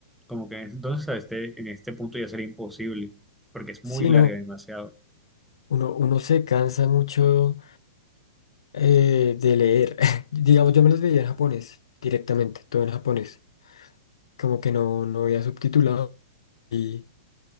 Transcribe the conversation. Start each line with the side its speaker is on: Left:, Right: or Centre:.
Centre: como que entonces a este, en este punto ya sería imposible, porque es
Left: sí,
Centre: muy larga
Left: no,
Centre: demasiado.
Left: uno, uno se cansa mucho eh, de leer. <laughs> Digamos, yo me los veía en japonés, directamente, todo en japonés. Como que no, no había subtitulado. Y,